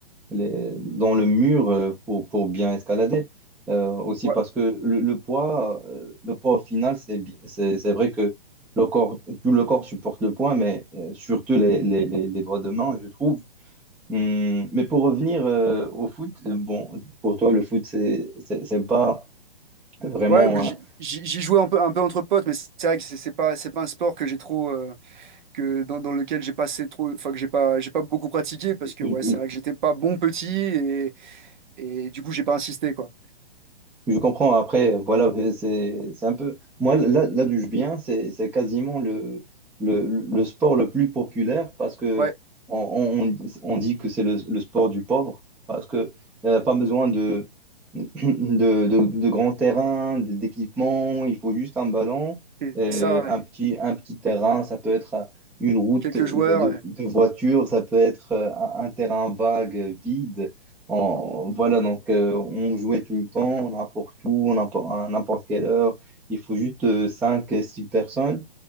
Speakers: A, in the centre; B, on the right.
A: les, dans le mur euh, pour, pour bien escalader. Euh, aussi
B: ouais,
A: parce que le, le poids, euh, le poids au final, c'est, bi- c'est, c'est vrai que le corps, tout le corps supporte le poids, mais euh, surtout les, les, les, les doigts de main, je trouve. Hum, mais pour revenir euh, au foot, euh, bon, pour toi, le foot, c'est, c'est, c'est pas vraiment.
B: ouais, bah, j'y
A: hein,
B: j'y- j'y jouais un peu, un peu entre potes, mais c'est vrai que c'est c'est pas, c'est pas un sport que j'ai trop, euh, que dans, dans lequel j'ai passé trop, enfin que j'ai pas, j'ai pas beaucoup pratiqué parce que
A: oui,
B: ouais, c'est vrai que j'étais pas bon petit et, et du coup j'ai pas insisté quoi.
A: Je comprends. Après, voilà, c'est c'est un peu. Moi, là, là d'où je viens, c'est c'est quasiment le, le, le sport le plus populaire parce que
B: Ouais,
A: on, on, on dit que c'est le, le sport du pauvre parce que euh, pas besoin de, <clears throat> de, de, de grands terrains, de- d'équipements. Il faut juste un ballon,
B: et
A: et
B: ça, ouais.
A: un petit, un petit terrain. Ça peut être euh, une route
B: quelques
A: de,
B: joueurs.
A: de
B: euh,
A: de voiture, ça peut être euh, un, un terrain vague, vide. On- voilà, donc euh, on jouait tout le temps, n'importe où, n'importe- à n'importe quelle heure. Il faut juste euh, 5, euh, 6 personnes